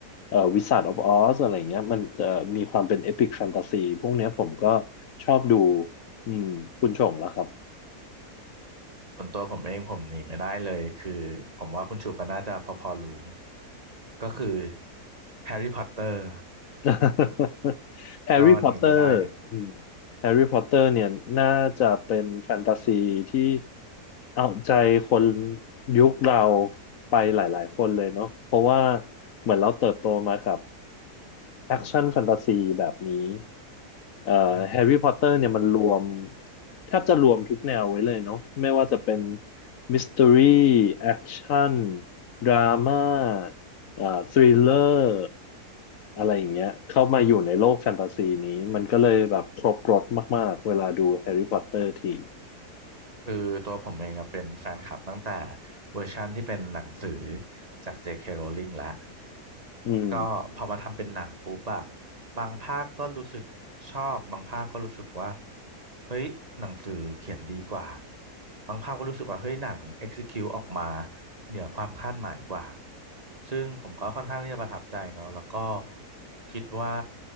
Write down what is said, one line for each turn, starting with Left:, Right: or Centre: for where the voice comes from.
Left: เอ่อ Wizard of Oz อะไรอย่างเงี้ยมันจะมีความเป็นเอพิกแฟนตาซีพวกเนี้ยผมก็ชอบดูอืมคุณชงแล้วครับ
Right: ส่วนตัวผมเองผมหนีไม่ได้เลยคือผมว่าคุณชูก็น่าจะพอๆรู้ก็คือแฮร์รี่พอตเตอร์
Left: <laughs> แฮร์รี่พอตเตอร์อืม
Right: ก็หนีไม่แฮร์ได้รี่เลพอยตเตอร์
Left: แฮร์รี่พอตเตอร์เนี่ยน่าจะเป็นแฟนตาซีที่เอาใจคนยุคเราไปหลายๆคนเลยเนาะเพราะว่าเหมือนเราเติบโตมากับแอคชั่นแฟนตาซีแบบนี้เอ่อแฮร์รี่พอตเตอร์เนี่ยมันรวม
Right: อืม
Left: แทบจะรวมทุกแนวไว้เลยเนาะไม่ว่าจะเป็นมิส t ต r รีแอคชั่นดราม่าเอ่อทริลเลอร์ อะไรอย่างเงี้ยเข้ามาอยู่ในโลกแฟนตาซีนี้มันก็เลยแบบครบรสมากๆเวลาดูแฮร์รี่พอตเตอร์ที
Right: คือตัวผมเองอะเป็นแฟนคลับตั้งแต่เวอร์ชั่นที่เป็นหนังสือจาก J.K. Rowling แล้ว
Left: อืม
Right: ก็อืพอมมาทำเป็นหนังปุ๊บอะบางภาคก็รู้สึกชอบบางภาคก็รู้สึกว่าเฮ้ยหนังสือเขียนดีกว่าบางภาคก็รู้สึกว่าเฮ้ยหนัง execute ออกมาเหนือความคาดหมายกว่าซึ่งผมก็ค่อนข้างที่จะประทับใจเนาะแล้วก็คิดว่า